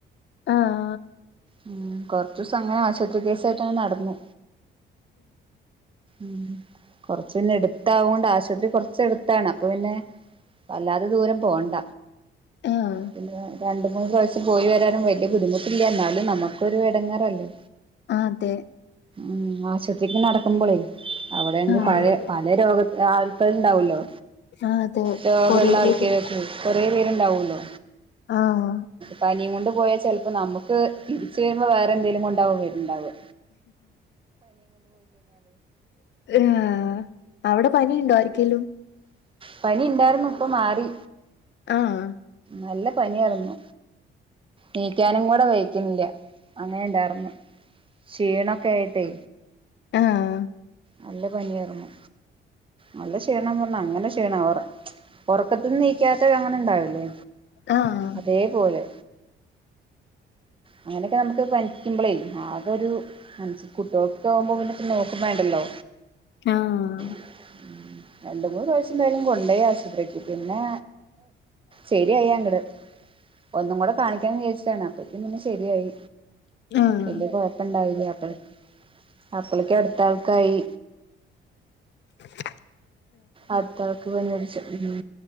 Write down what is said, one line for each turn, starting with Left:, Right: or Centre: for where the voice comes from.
Left: ആഹ്
Right: ഉം കൊറച്ചുസം അങ്ങനെ ആശുപത്രി കേസായിട്ടങ്ങനെ നടന്നു. ഉം കൊറച്ച് പിന്നെ എടുത്താവൊണ്ട് ആശുപത്രി കൊറച്ച് എടുത്താണ് അപ്പൊ പിന്നെ വല്ലാതെ ദൂരം പോണ്ട.
Left: ആഹ്
Right: പിന്നെ രണ്ട് മൂന്ന് പ്രാവിശ്യം പോയി വരാനും വല്യ ബുദ്ധിമുട്ടില്ല എന്നാലും നമുക്കൊരു ഇടങ്ങേറല്ലേ
Left: അതെ
Right: ഉം ആശത്രിക്ക് നടക്കുമ്പൊളേ അവിടെണെങ്കി
Left: ആഹ്
Right: പഴ പലെ രോഗ ആൾക്കാര് ഇണ്ടാവല്ലോ.
Left: അതെ
Right: രോഗെള്ള
Left: കൊറേ പേര്
Right: ആൾക്കേരൊക്കെ കൊറേ പേര് ണ്ടാവുല്ലോ.
Left: ആഹ്
Right: പനിയും കൊണ്ട് പോയാ പ്പ നമുക്ക് തിരിച്ച് വരുമ്പോ വേറെന്തേലും കൊണ്ടാവും വര്ണ്ടാവാ.
Left: ആഹ് അവിടെ പനിയുണ്ടോ ആരിക്കേലും
Right: പനി ഉണ്ടായിരുന്നു ഇപ്പൊ മാറി
Left: ആഹ്
Right: നല്ല പനിയായിരുന്നു എണിക്കാനും കൂടെ വഹക്കുന്നില്ല അങ്ങനെ ഇണ്ടാർന്ന് ക്ഷീണൊക്കെ ആയിട്ടേ
Left: ആഹ്
Right: നല്ല പനിയായിരുന്നു നല്ല ക്ഷീണം പറഞ്ഞ അങ്ങനെ ക്ഷീണം ആഹ് ഒറ ഉറക്കത്തിന്ന് നീക്കാത്ത അങ്ങനെ ഇണ്ടാവൂലേ
Left: ആഹ്
Right: അതേപോലെ അങ്ങനൊക്കെ നമുക്ക് പനിക്കുമ്പോളേ ആകെ ഒരു കുട്ട്യോൾക്കൊക്കെ ആകുമ്പോൾ പിന്നെ നോക്കുന്നുണ്ടല്ലോ
Left: ആഹ്
Right: ഉം രണ്ട് മൂന്ന് പ്രാവശ്യം എന്തായാലും കൊണ്ടോയി ആശുപത്രിക്ക് പിന്നെ ശരിയായി അങ്ങട് ഒന്നും കൂടെ കാണിക്കാന്ന് വിചാരിച്ചതാ അപ്പക്കും പിന്നെ ശെരിയായി
Left: ആഹ്
Right: വല്യ കൊഴപ്പണ്ടാവില്ലേ അപ്പഴേ അപ്പഴേക്കും അടുത്ത ആൾക്കായി
Left: ആ <inaudible>
Right: അടുത്താൾക്ക് പനി പിടിച്ചു ഉം